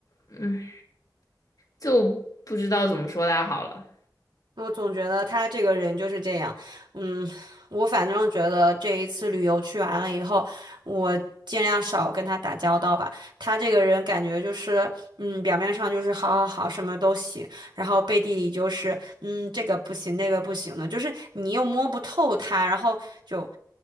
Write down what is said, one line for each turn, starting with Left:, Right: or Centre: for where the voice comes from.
Left: 嗯，就不知道怎么说他好了。
Right: 我总觉得他这个人就是这样，嗯，我反正觉得这一次旅游去完了以后，我尽量少跟他打交道吧。他这个人感觉就是，嗯，表面上就是好好好，什么都行，然后背地里就是，嗯，这个不行，那个不行的，就是你又摸不透他，然后就